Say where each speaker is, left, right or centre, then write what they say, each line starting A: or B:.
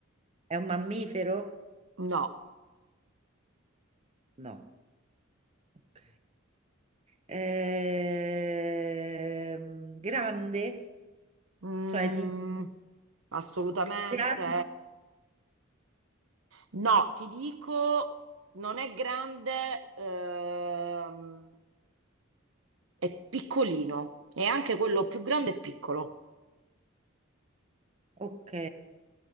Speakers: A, on the right; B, on the right.
A: È un mammifero?
B: No,
A: No. Ok. Ehm, grande,
B: Mm,
A: cioè di
B: assolutamente
A: più grande.
B: no. Ti dico, non è grande, ehm, è piccolino e anche quello più grande è piccolo.
A: Ok.